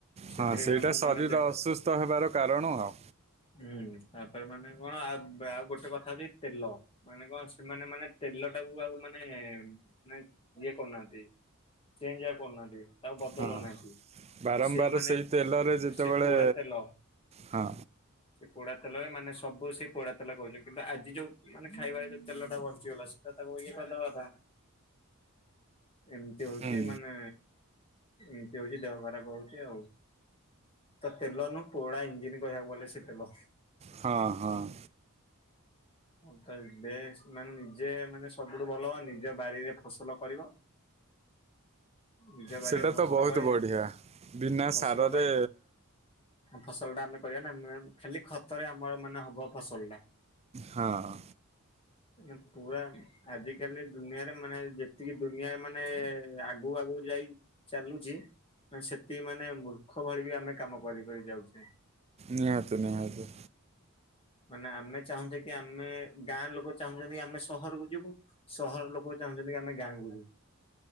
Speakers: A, on the left (about 25°); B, on the right (about 30°).
A: ସେଥିରେ
B: ହଁ ସେଇଟା
A: ବି ଆମକୁ
B: ଶରୀର
A: ମାନେ ଦେ
B: ଅସୁସ୍ଥ ହେବାର କାରଣ ଆଉ।
A: ହୁଁ, ତାପରେ ମାନେ କଣ ଆଉ ଆଉ ଗୋଟେ କଥା ହଉଛି ତେଲ। ମାନେ କଣ ସେମାନେ ମାନେ ତେଲ ଟାକୁ ଆଉ ମାନେ ମାନେ ଇଏ କରୁନାହାନ୍ତି। ଚେଞ୍ଜ ଆଉ କରୁନାହାନ୍ତି, ତାକୁ ବଦଳୁ
B: ହଁ
A: ନାହାନ୍ତି।
B: ବାରମ୍ବାର
A: ସେଇ ମାନେ
B: ତେଲରେ ଯେତେବେଳେ
A: ସେ ପୋଡା ତେଲ।
B: ହଁ
A: ସେ ପୋଡାତେଲ ମାନେ ସବୁ ସେ ପୋଡାତେଲ କହୁଛି, କିନ୍ତୁ ଆଜି ଯୋଉ ମାନେ ଖାଇବା ଯୋଉ ତେଲଟା ବଞ୍ଚିଗଲା ସେଟା ତାକୁ ଇଏ କରିଦବା କଥା। ଏମିତି ହଉଛି,
B: ହୁଁ,
A: ମାନେ ଏମିତି ହଉଛି ଦେହ ଖରାପ ହଉଛି ଆଉ। ତ ତେଲ ନୁ ପୋଡା ଇଞ୍ଜିିନ୍ କହିବାକୁ ଗଲେ ସେ ତେଲ।
B: ହଁ, ହଁ।
A: ହଁ ତାବି ବେସ୍ ମାନେ ନିଜେ ମାନେ ସବୁଠୁ ଭଲ ନିଜ ବାରିରେ ଫସଲ କରିବ। ନିଜ ବାରିରେ
B: ସେଟା
A: ଫସଲ
B: ତ ବହୁତ
A: କାଇଁ?
B: ବଢ଼ିଆ ବିନା
A: ଫସଲ
B: ସାରରେ
A: <unintelligible> ହଁ ଫସଲ ଟା ଆମେ କରିବା ନା, ମେ- ଖାଲି ଖତରେ ଆମର ମାନେ ହବ ଫସଲ ଟା।
B: ହଁ।
A: ନା ପୁରା ଆଜିକାଲି ଦୁନିଆରେ ମାନେ ଯେତିକି ଦୁନିଆ ମାନେ ଆଗୁକୁ ଆଗୁକୁ ଯାଇ ଚାଲୁଛି। ଅଁ, ସେତିକି ମାନେ ମୂର୍ଖ ଭଳି ବି ଆମେ କାମ କରି କରି ଯାଉଛେ।
B: ନିହାତି ନିହାତି।
A: ମାନେ ଆମେ ଚାହୁଁଚେ କି ଆମେ, ଗାଁ ଲୋକ ଚାହୁଁଛନ୍ତି ଆମେ ସହରକୁ ଯିବୁ। ସହର ଲୋକ ଚାହୁଁଚନ୍ତି ଆମେ ଗାଁ କୁ କୁ